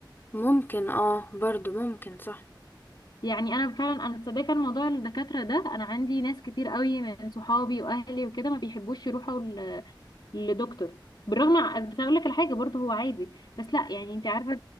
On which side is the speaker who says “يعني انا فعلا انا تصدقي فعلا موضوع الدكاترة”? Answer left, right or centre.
Left